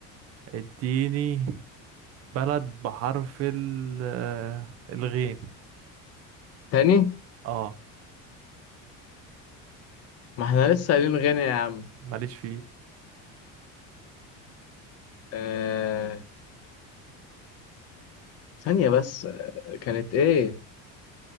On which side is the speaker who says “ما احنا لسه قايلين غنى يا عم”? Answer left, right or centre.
Left